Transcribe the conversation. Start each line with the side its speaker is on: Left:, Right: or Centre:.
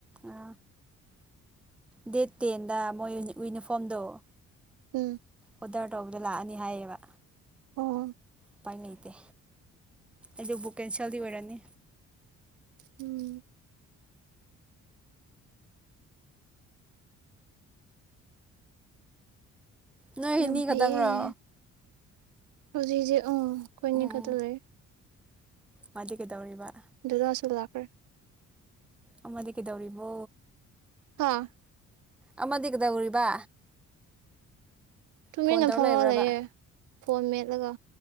Centre: ꯑ ꯗꯦꯠ ꯇꯦꯟꯗ ꯃꯣꯏ ꯎ ꯢꯌ꯭ꯨꯅꯤꯐꯣꯝꯗꯣ
Right: ꯎꯝ
Centre: ꯑꯣꯔꯗꯔ ꯇꯧꯕꯗꯣ ꯂꯥꯛꯑꯅꯤ ꯍꯥꯏꯌꯦꯕ
Right: ꯑꯣ ꯑꯣ
Centre: ꯎꯄꯥꯏ ꯂꯩꯇꯦ ꯑꯗꯨꯕꯨ ꯀꯦꯟꯁꯦꯜꯗꯤ ꯑꯣꯏꯔꯅꯤ
Right: ꯎꯝ
Centre: ꯅꯣꯏꯑꯅꯤ
Right: ꯌꯥꯝ ꯐꯩꯌꯦ
Centre: ꯈꯇꯪꯔꯣ
Right: ꯍꯧꯖꯤꯛꯁꯦ ꯎꯝ ꯈꯣꯢꯅꯤ
Centre: ꯎꯝ
Right: ꯈꯛꯇ ꯂꯩ
Centre: ꯃꯥꯗꯤ ꯀꯩꯗꯧꯔꯤꯕ
Right: ꯗꯥꯗꯥꯁꯨ ꯂꯥꯛꯈ꯭ꯔꯦ
Centre: ꯑꯃꯗꯤ ꯀꯩꯗꯧꯔꯤꯕꯣ
Right: ꯍꯥꯥ
Centre: ꯑꯃꯗꯤ ꯀꯩꯗꯧꯔꯤꯕ
Right: ꯇꯨꯃꯤꯟꯅ
Centre: ꯐꯣꯟ ꯇꯧꯔ
Right: ꯐꯝꯔꯒ
Centre: ꯂꯩꯕ꯭ꯔꯕ
Right: ꯂꯩꯌꯦ ꯐꯣꯟ ꯃꯦꯠꯂꯒ